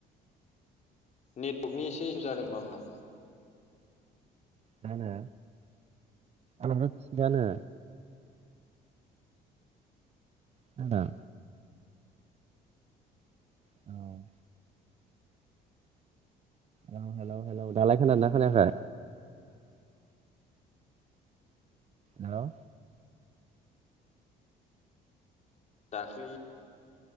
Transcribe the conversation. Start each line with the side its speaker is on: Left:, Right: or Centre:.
Left: नेटवर्कनि एसे इसु जादोंबा होमबा
Right: जानो आंनाथ थिगानो खोनादों औ औ हेलौ हेलौ दालाय खोनादोंना खोनायाखै हेल'
Left: दाख्लै